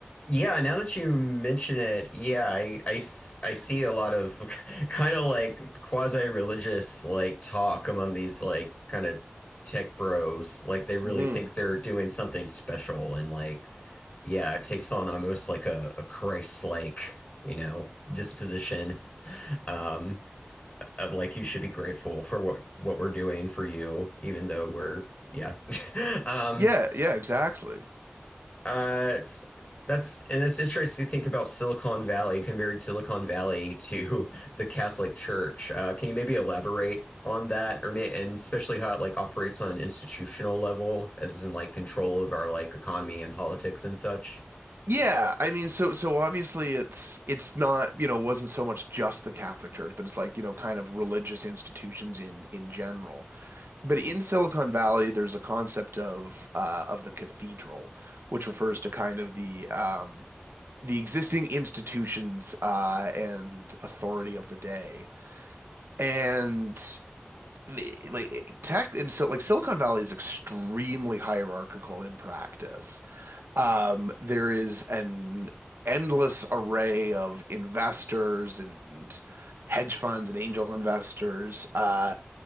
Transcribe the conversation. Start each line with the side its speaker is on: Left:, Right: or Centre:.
Left: Yeah, now that you mention it, yeah, I, I s- I see a lot of <laughs> kind of like quasi-religious like talk among these like kind of tech bros. Like they really
Right: hmm
Left: think they're doing something special and like yeah, it takes on almost like a, a Christ-like, you know, disposition um of like you should be grateful for what what we're doing for you, even though we're yeah. <laughs> Um
Right: Yeah, yeah, exactly.
Left: uh, that's and it's interesting to think about Silicon Valley compared Silicon Valley to <laughs> the Catholic Church. Uh, can you maybe elaborate on that, or may, and especially how it like operates on an institutional level, as in like control of our like economy and politics and such?
Right: Yeah, I mean, so so obviously it's it's not, you know, wasn't so much just the Catholic Church, but it's like, you know, kind of religious institutions in in general. But in Silicon Valley, there's a concept of uh, of the cathedral, which refers to kind of the um, the existing institutions uh, and authority of the day. And the- like tech and so like Silicon Valley is extremely hierarchical in practice. Um, there is an endless array of investors and hedge funds and angel investors, uh,